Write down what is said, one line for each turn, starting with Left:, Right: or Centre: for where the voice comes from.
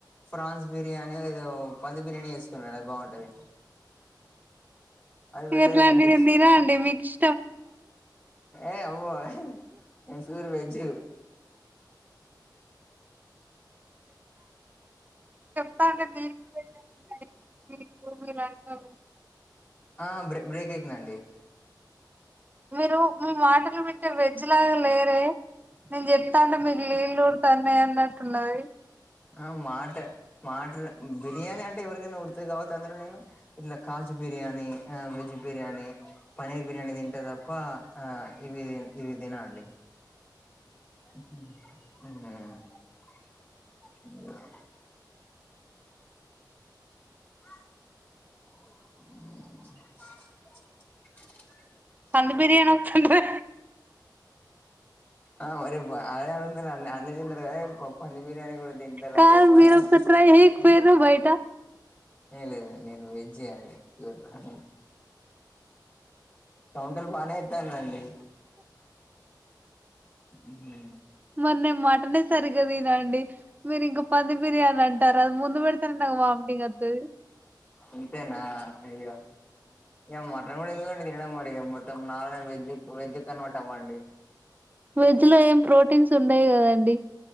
Left: ఫ్రాన్స్ బిర్యానీ ఏదో పంది బిర్యానీ వేసుకున్నా అది బాగుంటది. అది బెటర్
Right: ఎట్లాంటివి
Left: దా అండి,
Right: నేను తిన అండి మిక్స్,
Left: ఏ అవో ఎహ్, వన్స్ పూర్వేజ్,
Right: చెప్తా అండి మీ మీరు అ <unintelligible> మీకు మీవారుకో,
Left: హ బ్రే బ్రేక్ అవుతుందండి.
Right: మీరు మీ మాటలు విట్టే వెజ్ లాగా లేరే, నేను చెప్తాంట మీకు ని ళ్వు రుతనే అన్నట్టున్నది.
Left: ఆ మాట మాట బిర్యానీ అంటే ఎవరికైనా ఉరుతుంది కాబతేటి అందులో నేను, ఇట్లా కాజ్ బిర్యానీ వెజ్ బిర్యానీ, పనీర్ బిర్యానీ తింటే తప్ప ఇవి ఇవి తిన అండి. <unintelligible> <inaudible>
Right: పంది బిర్యానీ వచ్చంది.
Left: ఆ అే అన్ని త అదే పంది బిర్యానీి కూడా తండి లేదా
Right: కాదు
Left: రివ్వాన్
Right: మీరు ఒకసారి ట్రై చేయకపోయిర్రు
Left: ఉ
Right: బయట
Left: ఏ లేదు నేను వెజ్జే అండి ప్యూర్ గ అహ్ కౌంటర్ బానే ఇత్తందండి ఉ హూ
Right: మర్ నే మటనే సరిగ్గ దినా అండి మీరింకా పంది బిర్యాన్ అండ్ టార్ అది ముందు పెడుతనే నక్ వామిటింగ్ ఒత్తది
Left: ఇంతేనా అయ్యో ఏంమర్ <unintelligible> తినడం మడి గ మొత్తం నాలునే వెజ్ వెజ్ కన్వర్ట్ అవ్వండి
Right: వెజ్ లో ఏం ప్రోటీన్స్ ఉండయ్ గదండి